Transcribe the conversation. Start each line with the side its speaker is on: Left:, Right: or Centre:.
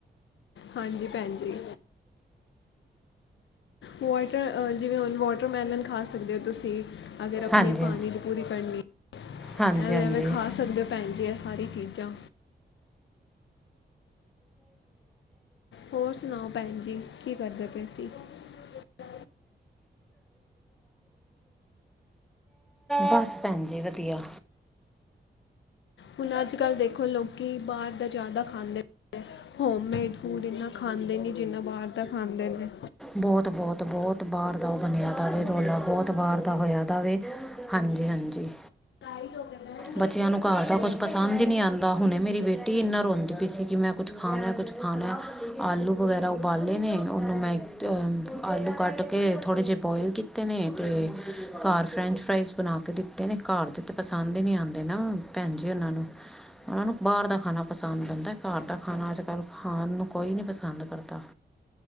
Left: ਹਾਂਜੀ। ਭੈਣ ਜੀ, ਵਾਟਰ ਜਿਵੇਂ ਉਹਨੂੰ ਵਾਟਰਮੈਲਨ ਖਾ ਸਕਦੇ ਹੋ ਤੁਸੀਂ, ਅਗਰ ਆਪਣੀ
Centre: ਹਾਂਜੀ
Left: ਪਾਣੀ ਦੀ ਪੂਰੀ ਕਰਨੀ
Centre: ਹਾਂਜੀ
Left: ਐਵੇਂ-ਐਵੇਂ
Centre: ਹਾਂਜੀ ਹਾਂਜੀ
Left: ਖਾ ਸਕਦੇ ਹੋ ਭੈਣ ਜੀ, ਇਹ ਸਾਰੀ ਚੀਜ਼ਾਂ ਹੋਰ ਸੁਣਾਓ, ਭੈਣ ਜੀ ਕੀ ਕਰਦੇ ਪਏ ਸੀਂ? ਹ
Centre: ਬਸ, ਭੈਣ ਜੀ। ਵਧੀਆ
Left: ਹੁਣ, ਅੱਜ ਕੱਲ੍ਹ ਦੇਖੋ ਲੋਕੀ ਬਾਹਰ ਦਾ ਜ਼ਿਆਦਾ ਖਾਂਦੇ ਪ ਏਐ। ਹੋਮ ਮੇਡ ਫੂਡ ਇਨਾ ਖਾਂਦੇ ਨਹੀਂ ਜਿੰਨਾ ਬਾਹਰ ਦਾ ਖਾਂਦੇ ਨੇ।
Centre: ਬਹੁਤ-ਬਹੁਤ, ਬਹੁਤ ਬਾਹਾਰ ਦਾ ਉਹ ਬਣਿਆ ਦਾਵੇ ਰੌਲਾ, ਬਹੁਤ ਬਾਹਾਰ ਦਾ ਹੋਇਆ ਦਾਵੇ। ਹਾਂਜੀ-ਹਾਂਜੀ।
Left: ਲਾਈਟ ਹੋਗ ਮੈਂ
Centre: ਬੱਚਿਆਂ ਨੂੰ ਘਰ ਦਾ ਕੁੱਛ ਪਸੰਦ ਹੀ ਨਹੀਂ ਆਉਂਦਾ। ਹੁਣੇ ਮੇਰੀ ਬੇਟੀ ਇੰਨਾ ਰੋਂਦੀ ਪਈ ਸੀ ਕਿ, ਮੈਂ ਕੁਛ ਖਾਣਾ, ਕੁਛ ਖਾਣਾ ਆਲੂ ਵਗੈਰਾ ਉਬਾਲੇ ਨੇ ਉਹਨੂੰ ਮੈਂ ਆਲੂ ਕੱਟ ਕੇ ਥੋੜ੍ਹੇ ਜਿਹੇ ਬੋਆਇਲ ਕੀਤੇ ਨੇ ਤੇ ਘਰ ਫਰੈਂਚ ਫਰਾਈਜ਼ ਬਣਾ ਕੇ ਦਿੱਤਾ। ਘਰ ਦੇ ਤਾਂ ਪਸੰਦ ਹੀ ਨੀ ਆਉਂਦੇ ਨਾ। ਭੈਣ ਜੀ, ਉਹਨਾਂ ਨੂੰ ਉਹਨਾਂ ਨੂੰ ਬਾਹਰ ਦਾ ਖਾਣਾ ਪਸੰਦ ਆਉਦਾ, ਘਰ ਦਾ ਖਾਣਾ ਅੱਜ ਕੱਲ੍ਹ ਖਾਣ ਨੂੰ ਕੋਈ ਨੀ ਪਸੰਦ ਕਰਦਾ।